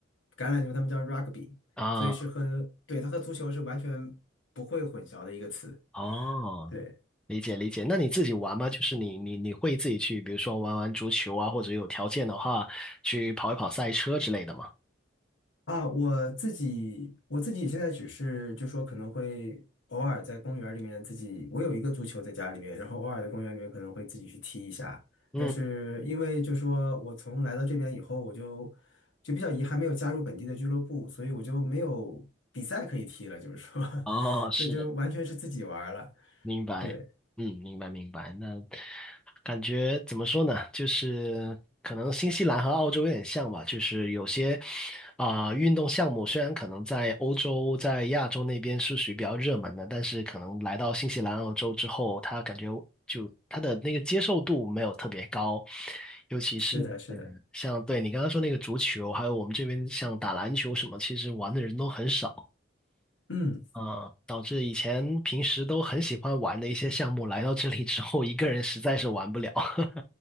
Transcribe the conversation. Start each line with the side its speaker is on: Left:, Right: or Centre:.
Left: 橄榄球，他们叫 rugby，
Centre: 啊，
Left: 所以是和对它和足球是完全不会混淆的一个词。
Centre: 哦，
Left: 对。
Centre: 理解理解。那你自己玩吗？就是你你你会自己去，比如说玩玩足球啊，或者有条件的话去跑一跑赛车之类的吗？
Left: 啊，我自己我自己现在只是就说可能会偶尔在公园里面自己，我有一个足球在家里面，然后偶尔在公园里面可能会自己去踢一下。
Centre: 嗯，
Left: 但是因为就说我从来到这边以后，我就就比较遗憾没有加入本地的俱乐部，所以我就没有比赛可以踢了，就是说，
Centre: 哦，
Left: <laughs>
Centre: 是，
Left: 所以就完全是自己玩儿了。
Centre: 明白，
Left: 对，
Centre: 嗯，明白明白。那感觉怎么说呢？就是可能新西兰和澳洲有点像吧，就是有些啊、运动项目虽然可能在欧洲、在亚洲那边是属于比较热门的，但是可能来到新西兰、澳洲之后，他感觉就他的那个接受度没有特别高，尤其是嗯，
Left: 是的，是的，
Centre: 像对你刚刚说那个足球，还有我们这边像打篮球什么，其实玩的人都很少。
Left: 嗯，
Centre: 啊，导致以前平时都很喜欢玩的一些项目，来到这里之后，一个人实在是玩不了。<laughs>